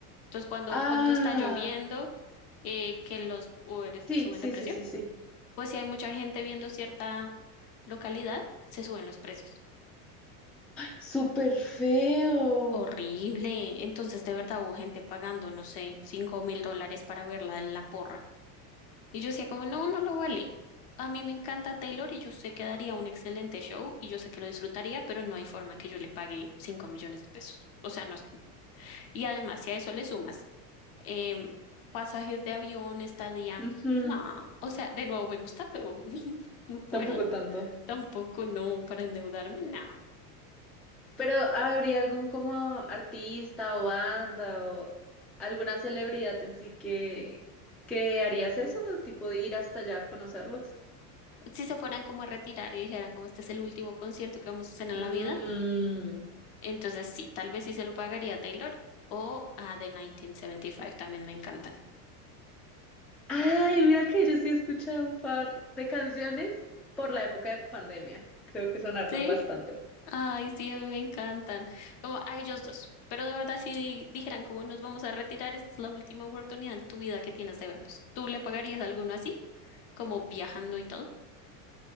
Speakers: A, on the left; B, in the centre.
A: Entonces, cuando,
B: Ah,
A: cuando está lloviendo, eh, que los Uber
B: sí,
A: suben
B: sí,
A: de precio.
B: sí, sí, sí.
A: pues si hay mucha gente viendo cierta localidad, se suben los precios.
B: Súper feo.
A: Horrible. Entonces, de verdad hubo gente pagando, no sé, cinco mil dólares para verla en la porra. Y yo decía como, no, no lo vale. A mí me encanta Taylor y yo sé que daría un excelente show y yo sé que lo disfrutaría, pero no hay forma que yo le pague cinco millones de pesos. O sea, no. es- Y además, si a eso le sumas em, pasajes de avión, estadía,
B: Ujú,
A: no. O sea, de nuevo me gusta, pero <laughs> no puedo.
B: Tampoco tanto.
A: Tampoco no para endeudarme, no.
B: Pero ¿habría algún como artista o banda o alguna celebridad en sí que, que harías eso? Tipo de ir hasta allá a conocerlos.
A: si se fueran como a retirar y dijeran como este es el último concierto que vamos a hacer en
B: Mm.
A: la vida, entonces sí, tal vez sí se lo pagaría a Taylor o a The 1975, también me encantan.
B: Ay, mira que yo sí he escuchado un par de canciones por la época de pandemia. Creo que sonaron
A: Sí,
B: bastante.
A: ay, sí, a mí me encantan. Como a ellos dos. Pero de verdad, si di- dijeran como nos vamos a retirar, esta es la última oportunidad en tu vida que tienes de vernos. ¿Tú le pagarías a alguno así? Como viajando y todo.